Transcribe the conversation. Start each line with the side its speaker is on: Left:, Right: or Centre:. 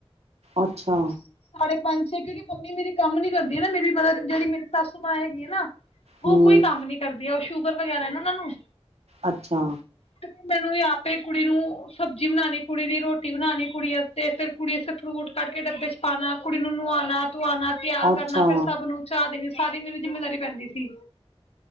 Right: ਅੱਛਾ
Left: ਮੈ ਸਾੜੇ ਪੰਜ, ਛੇ ਕਿਉਂਕਿ ਮੰਮੀ ਮੇਰੀ ਕੰਮ ਨੀ ਕਰਦੀ ਨਾ ਮੇਰੀ ਮਤਲਬ ਜਿਹੜੀ ਮੇਰੀ ਸਾਸੂ ਮਾਂ ਹੈਗੀ ਹੈ ਨਾ
Right: ਹੂੰ
Left: ਔ ਕੋਈ ਕੰਮ ਨੀ ਕਰਦੀ ਐ, ਔ ਸ਼ੂਗਰ ਵਗੈਰਾ ਨਾ ਔਨਾ ਨੂੰ।
Right: ਅੱਛਾ।
Left: ਤੇ ਫਿਰ ਮੈਨੂੰ ਵੀ ਆਪੇ ਕੁੜੀ ਨੂੰ ਸਬਜ਼ੀ ਬਣਾਣੀ ਕੁੜੀ ਦੀ ਰੋਟੀ ਬਣਾਣੀ ਕੁੜੀ ਅਸਤੇ ਫੇਰ ਕੁੜੀ ਅਸੇ ਫਰੂਟ ਕੱਢ ਕੇ ਡੱਬੇ ਚ ਪਾਣਾ ਕੁੜੀ ਨੂੰ ਨੁਵਾਣਾ। ਧਵਾਣਾ ਤਿਆਰ
Right: ਅੱਛਾ
Left: ਕਰਨਾ ਫੇਰ ਸਭ ਨੂੰ ਚਾਹ ਦੇਣੀ। ਸਾਰੀ ਮੇਰੀ ਜਿੰਮੇਦਾਰੀ ਪੈਂਦੀ ਸੀ।